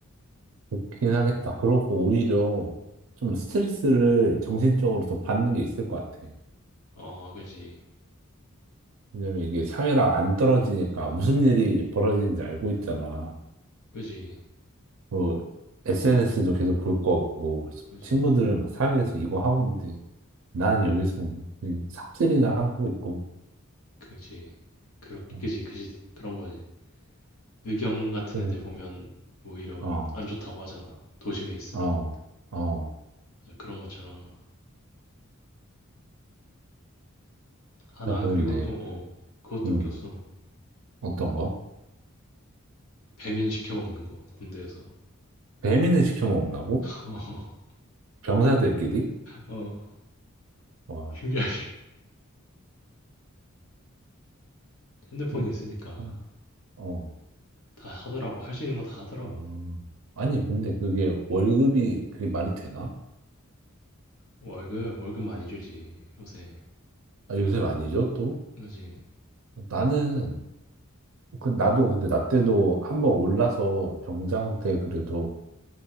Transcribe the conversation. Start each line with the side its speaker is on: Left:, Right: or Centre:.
Right: 그렇긴 하겠다. 그러고 오히려 좀 스트레스를 정신적으로 더 받는 게 있을 것 같아.
Left: 어, 그지.
Right: 왜냐면 이게 사회랑 안 떨어지니까 무슨 일이 벌어지는지 알고 있잖아.
Left: 그지.
Right: 그 SNS도 계속 볼 거고, 그래서
Left: 그지.
Right: 친구들은 막 사회에서 이거 하고 있는데, 나는 여기서 뭐 그냥 삽질이나 하고 있고.
Left: 그지. 그렇게,
Right: 어.
Left: 그지. 그지. 그런 거지. 의경 같은
Right: 음.
Left: 애들 보면 오히려 막
Right: 어,
Left: 안 좋다고 하잖아. 도심에 있으면.
Right: 어, 어.
Left: 맞아, 그런 것처럼. 아, 난
Right: 나 그런데,
Left: 그리고 또, 어, 그것도
Right: 음,
Left: 웃겼어.
Right: 어떤 거?
Left: 배민 시켜 먹는 거, 군대에서.
Right: 배민을 시켜 먹는다고?
Left: <laughs>
Right: 병사들끼리?
Left: 어, 어,
Right: 와,
Left: 신기하지. 핸드폰이
Right: 이게
Left: 있으니까
Right: 참, 어,
Left: 다 하더라고. 할 수 있는 거 다 하더라고.
Right: 어. 아니, 근데 그게 월급이 그게 말이 되나?
Left: 월급, 월급 많이 주지, 요새.
Right: 아, 요새 많이 줘, 또?
Left: 그지?
Right: 나는, 그, 나도 근데 나 때도 한번 올라서 병장 때 그래도